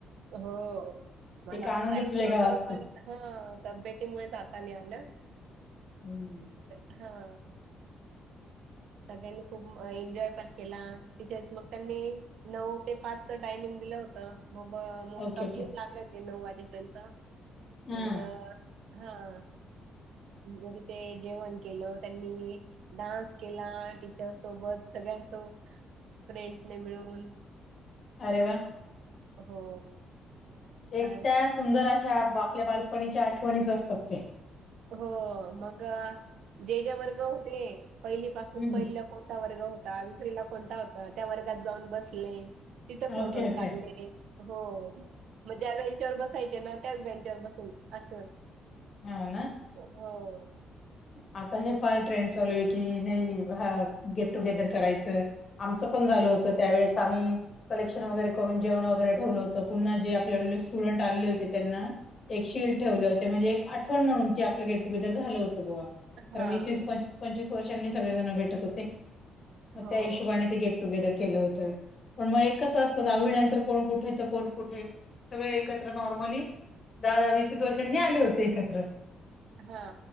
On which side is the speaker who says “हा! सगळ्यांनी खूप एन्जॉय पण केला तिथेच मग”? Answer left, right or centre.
Right